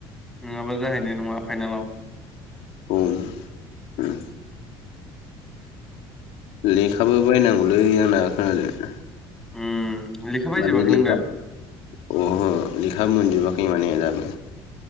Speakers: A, in the centre; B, on the left (about 75°).
A: नंङाबा जाहैनाय नंङा फाइनालाव।
B: बुं उम। लेखाबो बायनांगौलै आंना खोनादों?
A: उम। लेखा बायजोबाखै
B: माने लेखा
A: नों दाबो
B: अहो लेखा मोनजोबाखै माने दाबो